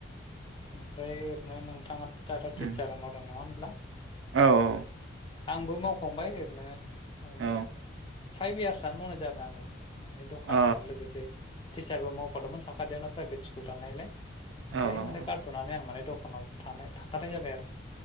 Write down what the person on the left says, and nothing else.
औ औ फ्राय ओरैनो नोंथाङा दाथ
टितचारा मावदों नङा होमब्ला?
आंबो मावखांबाय ओरैनो ओ
फाइभ इयार्सयानो मावनाय जादो आंबो। माने दखानजों
लोगोसे टिचारबो मावफादोंमोन साखाथियावनो प्राइभेट स्कुल थानायलाय आ
दायो माने
गारथनानै आं माने दं खनाव थानाय थाथारनाय जाबाय आरो।